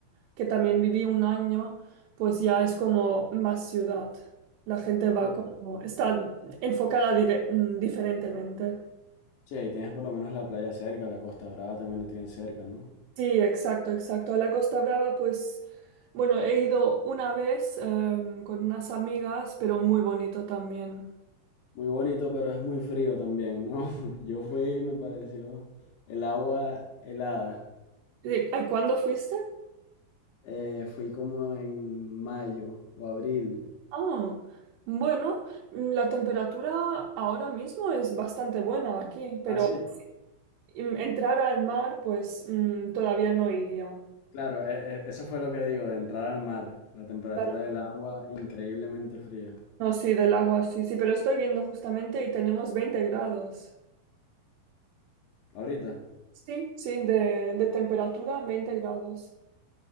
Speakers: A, on the right (about 80°); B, on the left (about 75°).
A: que también viví un año, pues ya es como más ciudad. La gente va
B: Sí,
A: como, está enfocada dire- mm, diferentemente.
B: Sí, ahí tienes por lo menos la playa cerca, la Costa Brava también la tienes cerca, ¿no?
A: Sí, exacto, exacto. A la Costa Brava, pues, bueno, he ido una vez em, con unas amigas, pero muy bonito también.
B: Muy bonito, pero es muy frío también, ¿no? <laughs> Yo fui y me pareció el agua helada.
A: Eh, ¿Cuándo fuiste?
B: Eh, fui como en mayo o abril.
A: Ah, bueno, mm, la temperatura ahora mismo es bastante buena aquí, pero
B: Ah, sí.
A: si, mm, entrar al mar, pues mm, todavía no iría.
B: Claro, e- e- eso fue lo que digo, de entrar al mar. La temperatura
A: Claro.
B: del agua increíblemente fría.
A: No, sí, del agua, sí, sí, pero estoy viendo justamente y tenemos 20 grados.
B: ¿Ahorita?
A: Sí, sí, de, de temperatura, 20 grados.